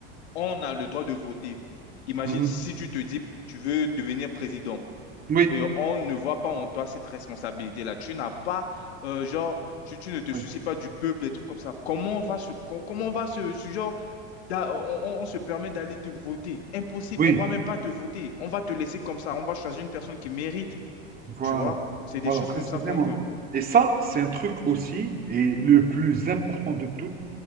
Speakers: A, on the left; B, on the right.
A: on a le droit de voter. Imagine
B: Mhm.
A: si tu te dis, tu veux devenir président.
B: Oui,
A: Et on ne voit pas en toi cette responsabilité-là. Tu n'as pas, euh, genre, tu, tu ne te
B: oui,
A: soucies pas du peuple, des trucs comme ça. Comment on va se, com- comment on va se, se- genre, d'a- on, on- on se permet d'aller te voter? Impossible.
B: oui.
A: On va même pas te voter. On va te laisser comme ça. On va choisir une personne qui mérite.
B: Voilà,
A: Tu vois? C'est des
B: voilà,
A: choses
B: précisément.
A: comme ça qu'on veut.
B: Et ça, c'est un truc aussi, et le plus important de tout,